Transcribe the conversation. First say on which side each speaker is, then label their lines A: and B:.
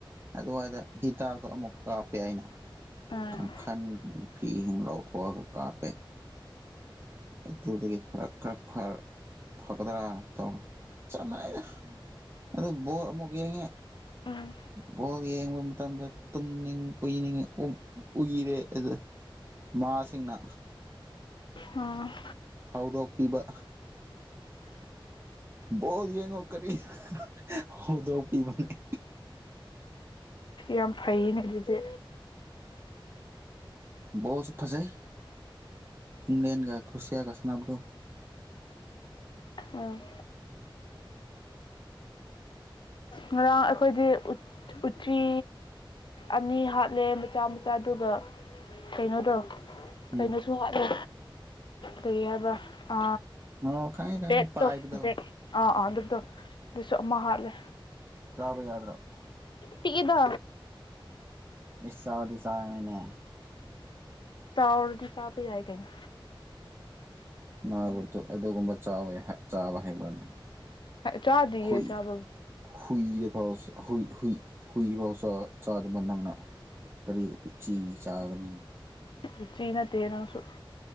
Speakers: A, on the right; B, on the left.
A: ꯑꯗꯨꯋꯥꯏꯗ ꯍꯤꯗꯥꯛꯇꯣ ꯑꯃꯨꯛ ꯀꯥꯞꯄꯦ ꯑꯩꯅ
B: ꯎꯝ
A: ꯀꯥꯟꯈꯥꯟ ꯐꯤ ꯏꯁꯤꯡ ꯂꯧꯊꯣꯛꯑꯒ ꯀꯥꯞꯄꯦ ꯑꯗꯨꯗꯒꯤ ꯈꯔ ꯐꯒꯗ꯭ꯔꯥꯅ ꯇꯧꯔꯒ ꯆꯞ ꯃꯥꯟꯅꯩꯗ ꯑꯗꯨ ꯕꯣꯜ ꯑꯃꯨꯛ ꯌꯦꯡꯉꯦ
B: ꯎꯝ
A: ꯕꯣꯜ ꯌꯦꯡꯕ ꯃꯇꯝꯗ ꯇꯨꯝꯏꯅꯤꯡꯉꯤ ꯎꯏꯔꯦ ꯑꯗꯨ ꯃꯥꯥꯁꯤꯡꯅ
B: ꯎꯝ
A: ꯍꯧꯗꯣꯛꯄꯤꯕ ꯕꯣꯠ ꯌꯦꯡꯉꯣ ꯀꯔꯤ ꯍꯧꯗꯣꯛꯄꯤꯕꯅꯤ
B: ꯌꯥꯝ ꯐꯩꯌꯦꯅ ꯍꯧꯖꯤꯁꯦ
A: ꯕꯣꯁꯨ ꯐꯁ ꯏꯪ꯭ꯂꯦꯟ ꯀ ꯀ꯭ꯔꯣꯁꯤꯌꯥ ꯀ ꯁꯅꯞꯗꯣ
B: ꯎꯝ ꯉꯔꯥꯡ ꯑꯩꯈꯣꯏꯗꯤ ꯎꯇꯤ ꯑꯅꯤ ꯍꯥꯠꯂꯦ ꯃꯆꯥ ꯃꯆꯥꯗꯨ ꯀꯩꯅꯣꯗꯣ
A: ꯎꯝ
B: ꯀꯩꯅꯣꯁꯨ ꯋꯥꯠꯂꯦ ꯀꯒꯔꯕ ꯑ
A: ꯑꯣ ꯈꯪꯉꯦ ꯈꯪꯉꯦ
B: ꯕꯦꯠꯇꯣ
A: ꯄꯥꯏꯕꯗꯣ
B: ꯕꯦꯛ ꯑꯥ ꯑꯥ ꯑꯗꯨꯗꯣ ꯁꯨ ꯑꯃ ꯍꯥꯠꯂꯦ
A: ꯆꯥꯕ ꯌꯥꯗ꯭ꯔꯥ
B: ꯇꯤꯗꯣ
A: ꯏꯁꯁꯥꯁꯥ ꯃꯅꯦ
B: ꯆꯗꯤ ꯆꯥꯕ ꯌꯥꯏ ꯀꯩꯅ
A: ꯥꯏꯕꯗꯨ ꯑꯗꯨꯒꯨꯝꯕ ꯆꯥꯕ ꯍꯩꯕꯅꯦ
B: ꯆꯥꯗꯤꯌꯦ
A: ꯍꯨꯏ
B: ꯆꯥꯕ
A: ꯍꯨꯏꯗ ꯐꯥꯎ ꯆ ꯍꯨꯏ ꯍꯨꯏ ꯍꯨꯏ ꯐꯥꯎ ꯆꯗꯕ ꯅꯪꯅ ꯀꯔꯤ ꯎꯆꯤ ꯆꯥꯒꯅꯤ
B: ꯎꯆꯤ ꯅꯠꯇꯦ ꯅꯪꯁꯨ